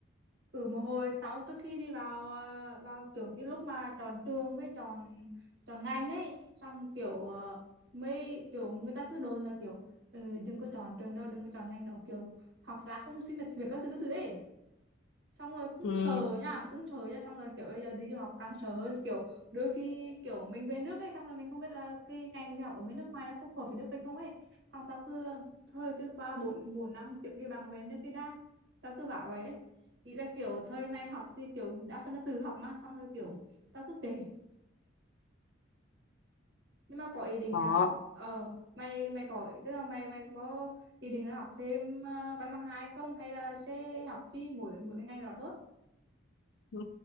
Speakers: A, on the right; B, on the left.
A: ừ một hồi tao trước khi đi vào ờ, vào kiểu cái lúc mà chọn trường với chọn chọn ngành ấy xong kiểu ờ, mấy kiểu người ta cứ đồn là kiểu "Ừ, đừng có chọn trường đó đừng có chọn ngành đó kiểu học ra không xin được việc các thứ các thứ ấy xong rồi cũng
B: ừ
A: sợ nha cũng sợ nha xong rồi kiểu bây giờ đi du học càng sợ hơn kiểu đôi khi kiểu mình về nước ấy xong rồi mình không biết là cái ngành mình học ở bên nước ngoài nó có phù hợp với nước mình không ấy xong tao cứ thôi cứ qua bốn bốn năm kiếm đi bằng về nước cái đã tao cứ bảo vậy ấy ý là kiểu thời này học thì kiểu đa phần là tự học mà xong rồi kiểu tao cứ kể nhưng mà có ý định
B: có
A: là, ờ mày mày có tức là mày mày có ý định là học thêm ờ, văn bằng hai không hay là sẽ học chỉ mỗi mỗi cái ngành đó thôi
B: ừ,